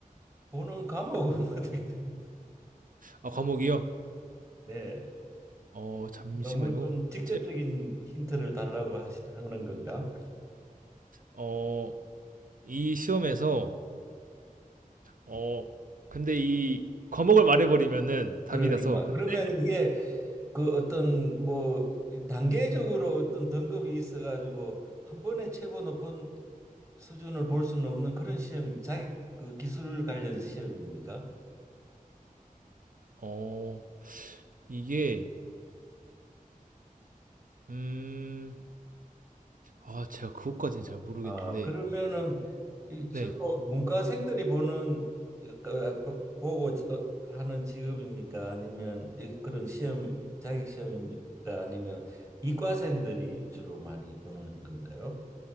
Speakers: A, on the right; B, on the right.
A: 보는 과목은 <laughs> 어떻게, 돼?
B: 아, 과목이요?
A: 네.
B: 어, 잠시만요.
A: 너무 좀 직접적인
B: 제,
A: 힌트를 달라고 하시, 하는 건가?
B: 어, 이 시험에서 어, 근데 이 과목을 말해버리면은 답이
A: 그러니까
B: 나서, 근-
A: 그러면 이게 그 어떤 뭐 단계적으로 어떤 등급이 있어가지고 한 번에 최고 높은 수준을 볼 수는 없는 그런 시험입니다. 자기 그 기술 관련 시험입니까?
B: 어, 이게, 음, 아, 제가 그것까지는 잘 모르겠는데,
A: 아, 그러면은 이 주로
B: 네,
A: 문과생들이 보는 그, 보- 보고 어, 하는 직업입니까? 아니면 이제 그런 시험 자격 시험입니까? 아니면 이과생들이 주로 많이 보는 건가요?